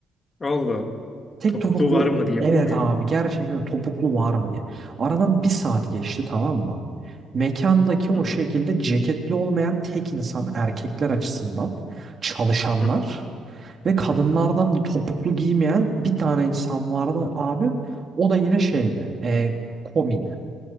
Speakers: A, on the left; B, on the right.
A: Allah Allah.
B: Tek
A: Topuklu
B: topuklu
A: var mı diye
B: evet
A: bu mu
B: abi
A: yani?
B: gerçekten topuklu var mı diye. Aradan bir saat geçti tamam mı? Mekandaki
A: Hı
B: o
A: hı.
B: şekilde ceketli olmayan tek insan erkekler açısından çalışanlar
A: Hı hı.
B: ve kadınlardan da topuklu giymeyen bir tane insan vardı abi. O da yine şeydi. E, komiydi.